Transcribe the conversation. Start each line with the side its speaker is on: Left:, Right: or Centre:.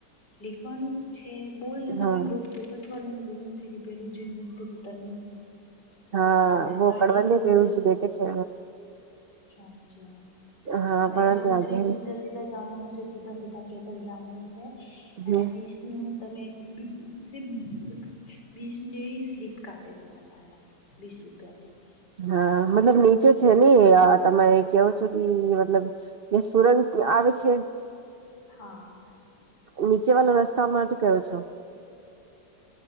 Left: લીખવાનું જ છે બોલ તમે
Right: હા
Left: બ બ બસ <unintelligible> બોલું છે કે બેરુજી નું મંદિર ઉતરનું છે
Right: હા
Left: તયા
Right: વો
Left: ઘાટીથી
Right: કડબંધે
Left: ઉતરી
Right: પેરુજી
Left: <unintelligible>
Right: બેઠે છે હા
Left: હવેથી
Right: વળંદ
Left: ઉતરીને
Right: આગે
Left: સીધા
Right: ને
Left: સીધા જવાનું છે સીધા સીધા પેદલ જવાનું છે અને
Right: હમ
Left: બી નું તમે <unintelligible> બીસની સ્લીપ કાઢે છે તમારા વીસ રૂપિયાથી
Right: હા મતલબ નીચે છે ને તમે કયો છો કે મતલબ એ સુરંગ આવે છે
Left: હા
Right: નીચે વાળ રસ્તા માં તું કેયોો છો